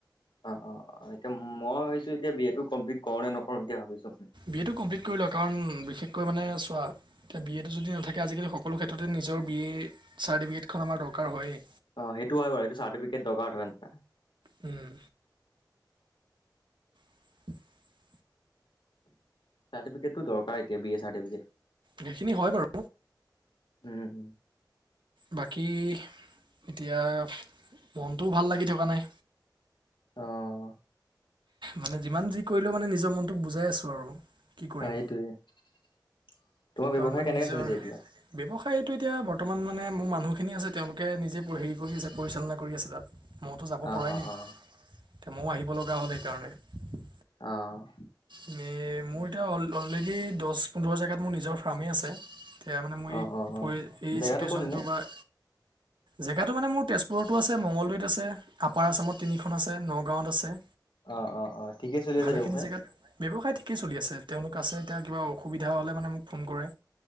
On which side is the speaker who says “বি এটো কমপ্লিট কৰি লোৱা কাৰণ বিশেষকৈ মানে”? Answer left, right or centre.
Right